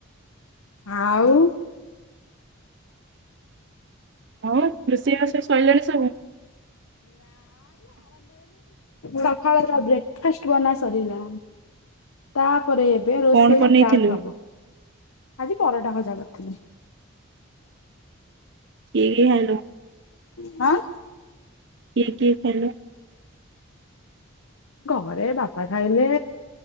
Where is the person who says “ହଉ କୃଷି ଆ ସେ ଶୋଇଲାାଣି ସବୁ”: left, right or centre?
Right